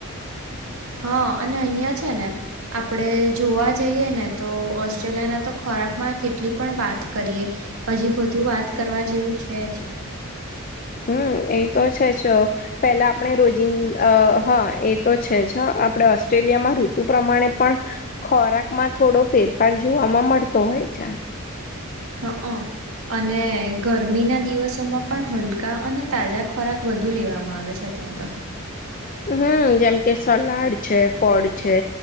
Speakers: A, on the right; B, on the left.
A: <inaudible> હા, અને અહિયાં છે ને આપડે જોવા જઈએ ને તો ઓસ્ટ્રેલિયા ના તો ખોરાબ, આમાં કેટલી પણ વાત કરીએ હજી વધુ વાત કરવા જેવું છે જ
B: હમ, એ તો છે જ પેલા આપણે રોજિંદ, હા, એ તો છે જ હ આપણે ઓસ્ટ્રેલિયામાં ઋતુ પ્રમાણે પણ ખોરાકમાં થોડો ફેરફાર જોવામાં મળતો હોય <unintelligible>
A: હ, અ અને ગરમી ના દિવસોમાં પણ હલકા અને તાજા ખોરાક વધુ લેવામાં આવે છે ત્યાં તો
B: હમ, જેમ કે સલાડ છે ફળ છે